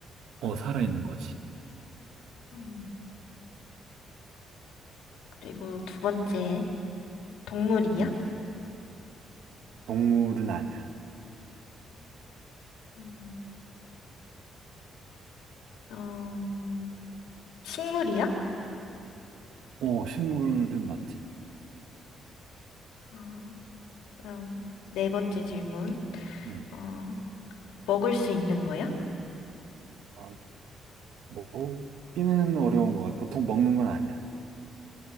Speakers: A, on the right; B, on the left.
A: 어, 살아있는 거지.
B: 음, 그리고 두 번째, 동물이야?
A: 음. 동물은 아니야.
B: 음, 음, 식물이야?
A: 어, 식물은 맞지.
B: 어, 그럼 네 번째 질문.
A: 음.
B: 어, 먹을 수 있는 거야?
A: 아, 먹기는 어려운 거 같아. 보통 먹는 건 아니야.